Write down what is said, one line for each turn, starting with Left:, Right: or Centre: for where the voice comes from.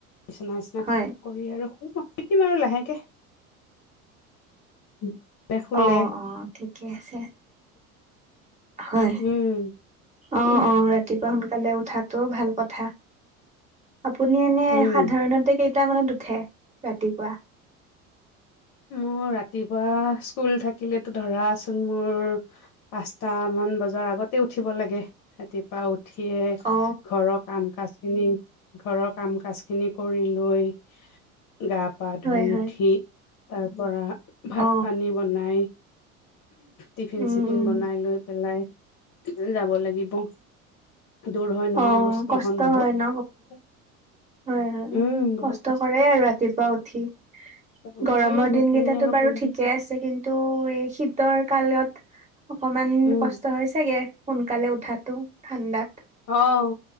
Left: বিচনা নিচিনা
Right: হয়।
Left: ঠিক কৰি আৰু শিকিম আৰু লাহেকে। উম। <unintelligible> শুলে,
Right: অ', অ', ঠিকে আছে। হয়।
Left: উম।
Right: অ
Left: <unintelligible>
Right: অ ৰাতিপুৱা সোনকালে উঠাটো ভাল কথা আপুনি এনে
Left: উম,
Right: সাধাৰণতে কেইটামানত উঠে ৰাতিপুৱা? <inaudible>
Left: মোৰ ৰাতিপুৱা স্কুল থাকিলেটো ধৰাচোন মোৰ পাঁচটা মান বজাৰ আগত তে উঠিব লাগে, ৰাতিপুৱা উঠিয়ে
Right: অ
Left: ঘৰৰ কাম কাজ ঘৰৰ কাম কাজ খিনি কৰি লৈ গা পা
Right: হয়
Left: ধুই
Right: হয়
Left: উঠি তাৰ পৰা ভাত
Right: অ
Left: পানী বনাই টিফিন
Right: উম
Left: চিফিন
Right: উম
Left: বনাই লৈ পেলাই যাব লাগিব। দূৰ হয় নহয়
Right: অ
Left: মোৰ স্কুলখন
Right: কষ্ট
Left: বহুত।
Right: হয় ন হয়, হয়।
Left: উম বহুত
Right: কষ্ট কৰে আৰু ৰাতিপুৱা উঠি
Left: উম
Right: গৰমৰ
Left: সেইখিনি
Right: দিনকেইটাতো
Left: আৰু
Right: বাৰু
Left: কৰি
Right: ঠিকে আছে। কিন্তু এই শীতৰ কালত অকমান
Left: উম
Right: কষ্ট হৈছেগে, সোনকালে উঠাটো ঠাণ্ডাত।
Left: আহ'